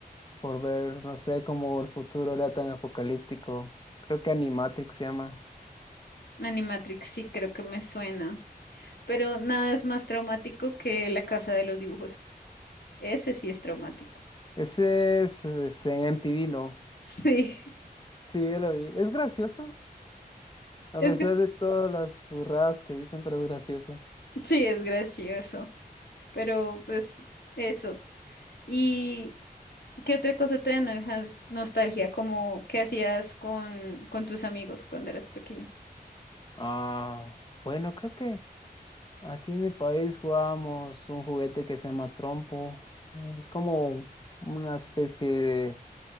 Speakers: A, on the left; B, on the left.
A: por ver, no sé, cómo el futuro era tan apocalíptico. Creo que Animatrix se llama.
B: Animatrix, sí, creo que me suena. Pero nada es más traumático que La Casa de los Dibujos. Ese sí es traumático.
A: Ese es, es en MTV, ¿no?
B: Sí,
A: Sí, ya lo vi. Es gracioso, a
B: <laughs>
A: pesar
B: es
A: de todas las burradas que dicen, pero es gracioso.
B: Sí, es gracioso, pero pues eso. ¿Y qué otra cosa te da nojas- nostalgia? Como qué hacías con, con tus amigos cuando eras pequeño.
A: Ah, bueno, creo que... Aquí en mi país jugábamos un juguete que se llama trompo. Es como una especie de,